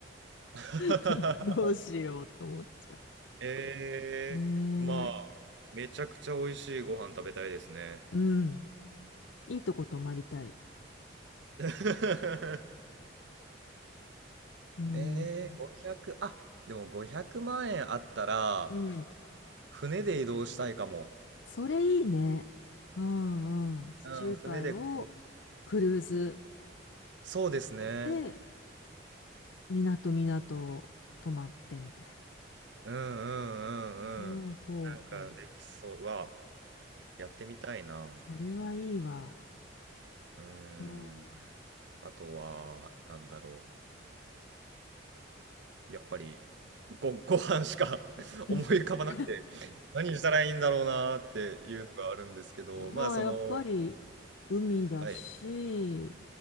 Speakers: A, on the right (about 65°); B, on the left (about 70°).
A: <laughs>
B: <laughs> どうしようと思っちゃ
A: ええ、
B: う。ねえ。
A: まあ、めちゃくちゃ美味しいご飯食べたいですね。
B: うん。いいとこ泊まりたい。
A: <laughs>
B: うん。
A: ええ、500、あ、でも500万円あったら、
B: うん。
A: 船で移動したいかも。
B: それいいね。うんうん。地中海をクルーズ
A: うん、船でこう、そうですね。
B: で、港港泊まってみたいな。
A: うんうんうんうん。
B: ほうほうほう。
A: なんかできそう。はわ、やってみたいな。
B: それはいいわ。
A: うーん。
B: うん。
A: あとは、なんだろやっぱり、ご、<laughs> ご飯しか <laughs>
B: <laughs>
A: 思い浮かばなくて、何したらいいんだろうなっていうのがあるんですけど、
B: まあ、
A: まあ、その、
B: やっぱり海だし、
A: はい、